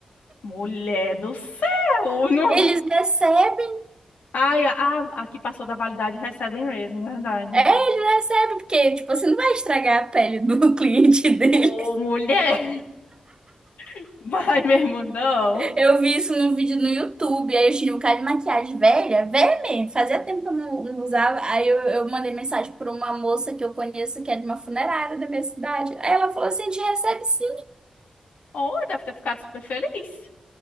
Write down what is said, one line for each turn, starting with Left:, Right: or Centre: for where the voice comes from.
Left: mulher do céu! Não...
Right: Eles recebem.
Left: Ai, a, a que passou da validade recebe mesmo, verdade.
Right: É, eles recebem, porque, tipo, você não vai estragar a pele do <laughs> cliente dele.
Left: Ô, mulher! <laughs> Vai mesmo, não.
Right: Eu vi isso num vídeo no YouTube, aí eu tinha um cara de maquiagem velha, velha mesmo, fazia tempo que eu não, não usava. Aí eu, eu mandei mensagem para uma moça que eu conheço, que é de uma funerária da minha cidade. Aí ela falou assim: a gente recebe sim.
Left: Oh, deve ter ficado super feliz.